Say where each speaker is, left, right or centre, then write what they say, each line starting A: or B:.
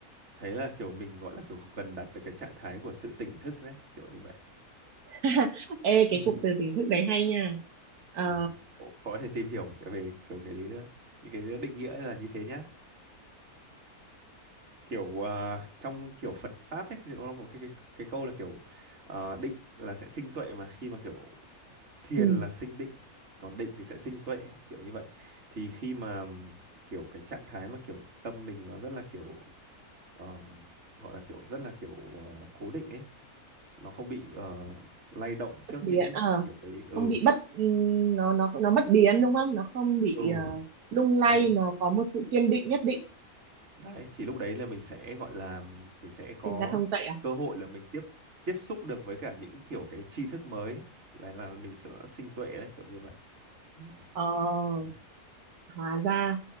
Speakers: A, on the right (about 50°); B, on the right (about 85°).
A: thế là kiểu mình gọi là kiểu gần đạt được cái trạng thái của sự tỉnh thức đấy kiểu như vậy
B: <laughs> ê cái
A: <laughs>
B: cụm từ tỉnh thức đấy hay nha ờ
A: ừ. cậu cậu có thể tìm hiểu về kiểu cái những cái định nghĩa là như thế nhá kiểu à, trong kiểu Phật pháp ấy thì nó có cái, cái cái câu là kiểu à, định là sẽ sinh tuệ mà khi mà kiểu thiền
B: ừ.
A: là sinh định còn định thì sẽ sinh tuệ kiểu như vậy thì khi mà ừm, kiểu cái trạng thái mà kiểu tâm mình nó rất là kiểu ờ, gọi là kiểu rất là kiểu ờ, cố định ấy nó không bị ờ, lay động trước
B: bất biến
A: những
B: ờ
A: kiểu cái ừ
B: không bị bất ừm, nó nó nó bất biến đúng không nó không bị
A: ừ
B: ờ, lung lay
A: đấy
B: nó có một sự kiên định nhất định
A: đấy thì lúc đấy là mình sẽ gọi là mình sẽ có
B: sinh ra thông tuệ à
A: cơ hội là mình tiếp tiếp xúc được với cả những kiểu cái tri thức mới là là mình sẽ sinh tuệ đấy kiểu như vậy <laughs> ừ.
B: ờ
A: ừ,
B: hóa ra